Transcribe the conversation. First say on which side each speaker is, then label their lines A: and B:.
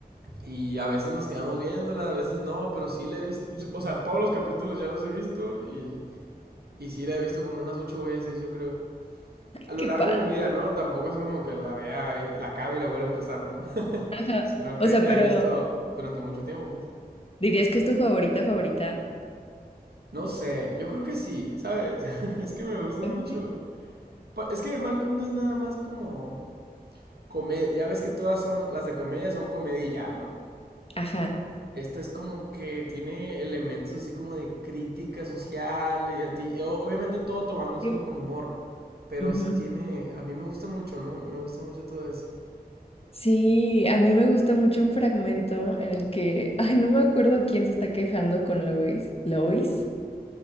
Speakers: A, on the right; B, on the left.
A: y a veces nos quedamos viéndola, a veces no, pero sí la he visto. O sea, todos los capítulos ya los he visto y, y sí la he visto como unas ocho veces, yo creo. A lo
B: qué
A: largo
B: padre.
A: de mi vida, ¿no? Tampoco es como que la vea, y la acabe y la vuelva a empezar, ¿no? <laughs>
B: Ajá.
A: Sino que
B: O sea,
A: la
B: pero
A: he visto durante mucho tiempo, pues.
B: ¿dirías que es tu favorita favorita?
A: No sé, yo creo que sí, ¿sabes? <laughs> Es que me gusta
B: Ujú.
A: mucho Pa- Es que Malcolm no es nada más como comedia. Ya ves que todas son, las de comedia son comedia y ya, ¿no?
B: Ajá.
A: Esta es como que tiene elementos así como de crítica social y a ti. o- obviamente todo tomándoselo
B: Sí.
A: con humor. Pero
B: Ujú.
A: sí tiene. A mí me gusta mucho, ¿no? Me gusta mucho todo eso.
B: Sí, a mí me gusta mucho un fragmento en el que, ay, no me acuerdo quién se está quejando con Lois, Lois,